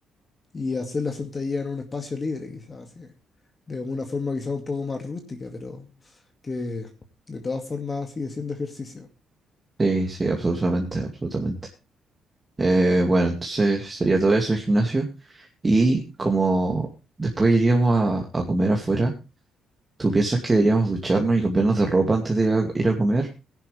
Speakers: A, on the left (about 35°); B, on the right (about 20°).
A: y hacer la sentadilla en un espacio libre, quizás, así, de una forma quizás un poco más rústica, pero que de todas formas sigue siendo ejercicio.
B: sí, sí, absolutamente, absolutamente. Eh, bueno, entonces sería todo eso el gimnasio. Y como después iríamos a, a comer afuera, ¿tú piensas que deberíamos ducharnos y cambiarnos de ropa antes de ir a, ir a comer?